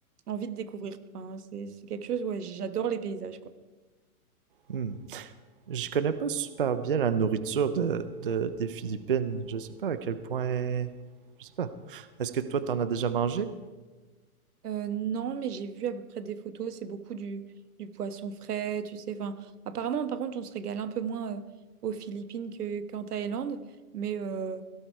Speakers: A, on the right; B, on the right.
A: envie de découvrir. Enfin, c'est, c'est quelque chose, ouais, j'adore les paysages, quoi.
B: Hmm. Je connais pas super bien la nourriture de, de- des Philippines. Je sais pas à quel point. Je sais pas. Est-ce que toi, t'en as déjà mangé?
A: Euh, non, mais j'ai vu à peu près des photos, c'est beaucoup du, du poisson frais, tu sais. Enfin, apparemment, par contre, on se régale un peu moins euh, aux Philippines que, qu'en Thaïlande. Mais euh,